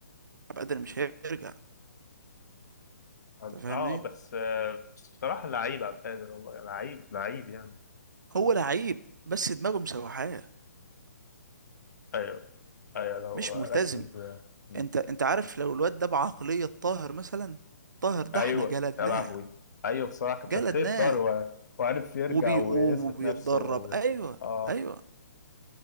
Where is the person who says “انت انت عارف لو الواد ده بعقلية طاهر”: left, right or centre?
Right